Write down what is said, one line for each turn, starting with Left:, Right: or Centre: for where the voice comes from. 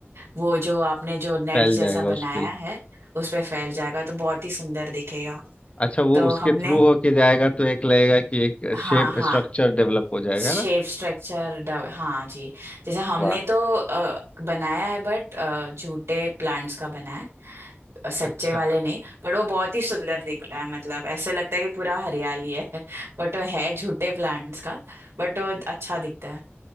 Right: वो जो आपने जो नेट
Left: फैल
Right: जैसा
Left: जाएगा उस
Right: बनाया
Left: पे
Right: है उस पे फैल जाएगा तो बहुत ही सुंदर दिखेगा
Left: अच्छा वो
Right: तो
Left: उसके
Right: हमने
Left: थ्रू होके जाएगा तो एक लगेगा कि एक
Right: हाँ
Left: शेप
Right: हाँ
Left: स्ट्रक्चर डेवलप हो जाएगा
Right: शेप
Left: ना
Right: स्ट्रक्चर हाँ जी जैसे हमने
Left: वाह
Right: तो अ, बनाया है बट झूठे प्लांट्स का बनाया है अ, सच्चे
Left: अच्छा
Right: वाले नहीं पर वो बहुत ही सुंदर दिख रहा है मतलब ऐसे लगता है कि पूरा हरियाली है <laughs> बट वो है झूठे प्लांट्स का बट वो अच्छा दिखता है